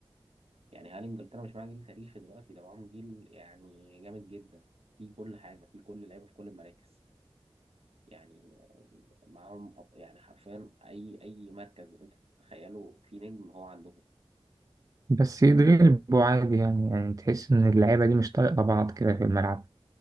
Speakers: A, on the right; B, on the right.
A: يعني هل انجلترا مش معاها جيل تاريخي دلوقتي ده معاهم جيل يعني جامد جدا في كل حاجه في كل لعيبه في كل المراكز يعني معاهم أب- يعني حرفيا اي اي مركز انت تتخيله في نجم هو عندهم
B: بس يتغلبوا عادي يعني يعني تحس إن اللعيبة دي مش طايقة بعض كده في الملعب